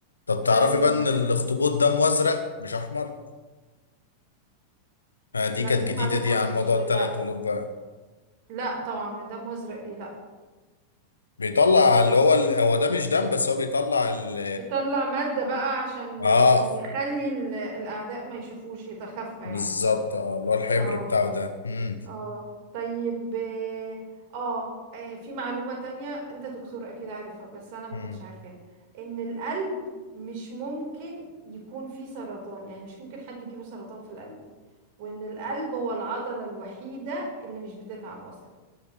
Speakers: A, on the left; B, on the right.
A: طب تعرفي
B: طيب
A: بقى ان الاخطبوط دمه ازرق مش احمر آه دي
B: لا
A: كانت
B: دي
A: جديده
B: معلومة
A: دي
B: مش
A: عن موضوع الثلاث
B: لا
A: قلوب بقى
B: لا طبعا ما ده مزرق ايه لا
A: بيطلع اللي هو ال... هو ده مش دم بس هو بيطلع ال
B: بيطلع مادة بقى عشان
A: اه آه،
B: يخلي ال- الأعداء ما يشوفوش يتخفى يعني
A: بالظبط اه اللي هو الحبر
B: اه
A: بتاعه ده مم.
B: اه طيب اه آه، آه، في معلومة تانية انت دكتور اكيد عارفها بس انا ما
A: مم.
B: كنتش عارفاها ان القلب مش ممكن يكون فيه سرطان يعني مش ممكن حد يجيله سرطان في القلب وان القلب هو العضلة الوحيدة اللي مش بتتعب اصلا